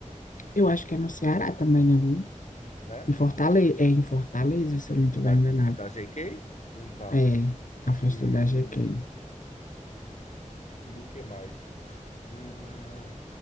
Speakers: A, on the left (about 80°); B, on the left (about 60°).
A: Eu acho que é no Ceará também, né? Não?
B: né?
A: Em Fortaleza, é em Fortaleza, se eu não estiver
B: Da,
A: enganado.
B: da GK? Então.
A: É, a festa
B: E,
A: da GK.
B: e o que mais? Hum,